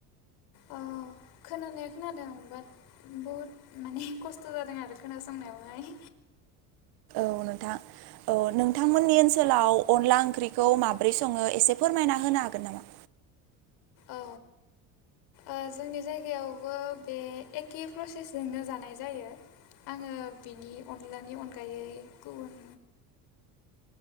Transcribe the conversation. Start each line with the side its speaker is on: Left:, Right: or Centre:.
Left: ओं खोनानाया खोनादों आं बाट बहुद माने खस्थ' जादों आरो खोनासंनायावहाय।
Right: औ नोंथां औ नोंथांमोननि ओनसोलाव अनला ओंख्रिखौ माब्रै सङो एसे फोरमायना होनो हागोन नामा?
Left: औ औ जोंनि जायगायावबो बे एखे प्रसेसजोंनो जानाय जायो आङो बिनि अनलानि अनगायै गुबुन।